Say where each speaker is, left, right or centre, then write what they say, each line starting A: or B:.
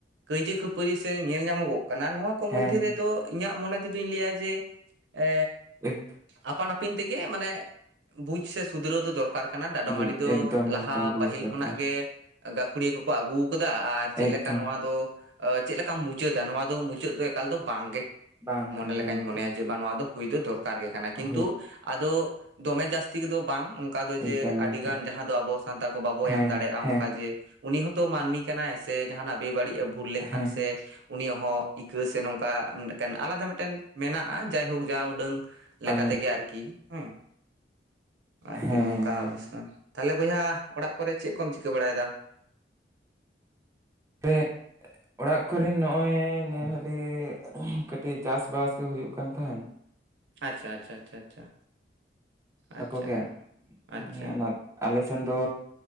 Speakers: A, on the right; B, on the right.
A: ᱠᱟᱹᱭᱡᱟᱹ ᱠᱷᱟᱹᱯᱟᱹᱨᱤ ᱥᱮ ᱧᱮᱞ ᱧᱟᱢᱚᱜᱚᱜ ᱠᱟᱱᱟ ᱱᱚᱣᱟ ᱠᱚ
B: ᱦᱮᱸ,
A: ᱢᱚᱫᱽᱫᱷᱮ
B: ᱦᱮᱸ,
A: ᱨᱮᱫᱚ ᱤᱧᱟᱹᱜ ᱢᱚᱱᱮ ᱛᱮᱫᱚᱧ ᱞᱟᱹᱭᱟ ᱡᱮ ᱮ
B: ᱮᱠ
A: ᱟᱯᱟᱱ ᱟᱹᱯᱤᱱ ᱛᱮᱜᱮ ᱢᱟᱱᱮ ᱵᱩᱡᱽ ᱥᱮ ᱥᱩᱫᱷᱨᱟᱹᱣ ᱫᱚ ᱫᱚᱨᱠᱟᱨ ᱠᱟᱱᱟ ᱰᱟᱸᱰᱟᱢ
B: ᱵᱩᱡ
A: ᱟᱹᱨᱤ ᱫᱚ
B: ᱮᱠᱫᱚᱢ
A: ᱞᱟᱦᱟ
B: ᱮᱠᱫᱚᱢ ᱵᱩᱡᱽ
A: ᱯᱟᱹᱦᱤᱞ
B: ᱫᱚᱨᱠᱟᱨ
A: ᱠᱷᱚᱱᱟᱜ ᱜᱮ ᱜᱟᱹᱠᱷᱩᱲᱤᱭᱟᱹ ᱠᱚᱠᱚ ᱟᱹᱜᱩ ᱟᱠᱟᱫᱟ ᱟᱨ ᱪᱮᱫᱞᱮᱠᱟ
B: ᱮᱠᱫᱚᱢ
A: ᱱᱚᱣᱟ ᱫᱚ ᱪᱮᱫ ᱞᱮᱠᱟᱢ ᱢᱩᱪᱟᱹᱫᱟ ᱱᱚᱣᱟ ᱫᱚ ᱢᱩᱪᱟᱹᱫ ᱫᱚ ᱮᱠᱟᱞ ᱫᱚ ᱵᱟᱝᱜᱮ-
B: ᱵᱟᱝᱼᱟ
A: ᱢᱚᱱᱮ
B: ᱦᱮᱸ
A: ᱞᱮᱠᱟᱧ
B: ᱮᱠᱫᱚᱢ
A: ᱢᱚᱱᱮᱭᱟ ᱡᱮ ᱵᱟᱝ ᱱᱚᱣᱟ ᱫᱚ ᱦᱩᱭ ᱫᱚ ᱫᱚᱨᱠᱟᱨ ᱜᱮ ᱠᱟᱱᱟ ᱠᱤᱱᱛᱩ
B: ᱦᱳᱭ
A: ᱟᱫᱚ ᱫᱚᱢᱮ ᱡᱟᱹᱥᱛᱤ ᱡᱟᱹᱥᱛᱤ ᱫᱚ ᱵᱟᱝ ᱚᱱᱠᱟ ᱫᱚ ᱡᱮ
B: ᱮᱠᱫᱚᱢ
A: ᱟᱹᱰᱤ
B: ᱮᱠᱫᱚᱢ
A: ᱜᱟᱱ ᱡᱟᱦᱟᱸ ᱫᱚ ᱟᱵᱚ ᱥᱟᱱᱛᱟᱲ ᱠᱚ ᱵᱟᱵᱚ
B: ᱦᱮᱸ,
A: ᱮᱢ ᱫᱟᱲᱮᱜᱼᱟ
B: ᱦᱮᱸ,
A: ᱚᱱᱠᱟ ᱡᱮ ᱩᱱᱤ ᱦᱚᱸᱛᱚ ᱢᱟᱹᱱᱢᱤ ᱠᱟᱱᱟᱭ ᱥᱮ ᱡᱟᱦᱟᱱᱟᱜ ᱵᱮᱵᱟᱹᱲᱤᱡ ᱮ ᱵᱷᱩᱞ ᱞᱮᱠᱷᱟᱱ
B: ᱦᱮᱸ,
A: ᱥᱮ ᱩᱱᱤᱭᱟᱜ ᱦᱚᱸ ᱤᱠᱟᱹ ᱥᱮ ᱱᱚᱝᱠᱟ ᱢᱤᱫᱴᱟᱱ ᱟᱞᱟᱫᱟ ᱢᱤᱫᱴᱮᱱ ᱢᱮᱱᱟᱜᱼᱟ ᱡᱟᱭᱦᱳᱠ ᱡᱟ ᱩᱰᱟᱹᱝ ᱞᱮᱠᱟ
B: ᱟᱞᱮ
A: ᱛᱮᱜᱮ ᱟᱨᱠᱤ ᱦᱮᱸ ᱟᱨᱠᱤ
B: ᱦᱮᱸ,
A: ᱱᱚᱝᱠᱟ
B: ᱦᱮᱸ, ᱦᱮᱸ,
A: ᱚᱵᱚᱥᱛᱷᱟ
B: ᱦᱮᱸ᱾
A: ᱛᱟᱦᱚᱞᱮ ᱵᱚᱭᱦᱟ ᱚᱲᱟᱜ ᱠᱚᱨᱮ ᱪᱮᱫ ᱠᱚᱢ ᱪᱤᱠᱟᱹ ᱵᱟᱲᱟᱭᱮᱫᱟ?
B: ᱯᱮ ᱚᱲᱟᱜ ᱠᱚᱨᱮᱱ ᱱᱚᱜᱼᱚᱭ ᱱᱮ ᱦᱟᱹᱞᱤ ᱠᱟᱹᱴᱤᱡ ᱪᱟᱥ ᱵᱟᱥ ᱜᱮ ᱦᱩᱭᱩᱜ ᱠᱟᱱ ᱛᱟᱦᱮᱱ
A: ᱟᱪᱪᱷᱟ ᱟᱪᱪᱷᱟ ᱟᱪᱪᱷᱟ ᱟᱪᱪᱷᱟ ᱟᱪᱪᱷᱟ
B: ᱟᱠᱚ ᱜᱮ
A: ᱟᱪᱪᱷᱟ
B: ᱱᱤᱭᱟᱹ ᱟᱞᱮ ᱥᱮᱱ ᱫᱚ